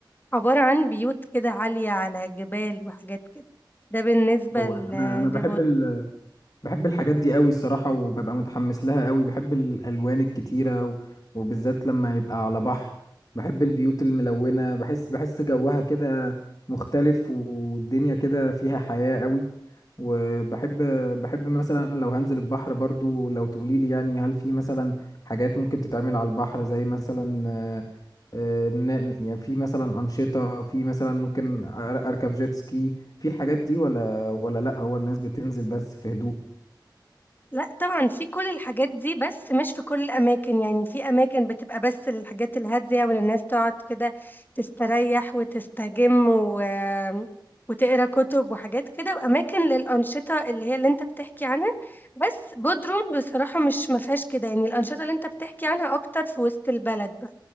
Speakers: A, on the left; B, on the left.
A: عبارة عن بيوت كده عالية على جبال وحاجات كده ده بالنسبة
B: هو
A: ل-
B: انا انا بحب
A: لبودروم
B: ال... بحب الحاجات دي قوي الصراحة وببقى متحمس لها قوي بحب الألوان الكتيرة و- وبالذات لما يبقى على بحر بحب البيوت الملونة بحس بحس جوها كده مختلف والدنيا كده فيها حياة قوي وبحب بحب مثلا لو هنزل البحر برضو لو تقوليلي يعني هل في مثلا حاجات ممكن تتعمل على البحر زي مثلا آه، آه، ن- ن- يعني في مثلا أنشطة في مثلا ممكن أر- أركب جيت سكي في الحاجات دي ولا ولا لأ هو الناس بتنزل بس في هدوء
A: لا طبعا في كل الحاجات دي بس مش في كل الأماكن يعني في أماكن بتبقى بس للحاجات الهادية والناس تقعد كده تستريح وتستجم و... وتقرا كتب وحاجات كده وأماكن للأنشطة اللي هي اللي أنت بتحكي عنها بس بودروم بصراحة مش مفيهاش كده يعني الأنشطة اللي أنت بتحكي عنها أكتر في وسط البلد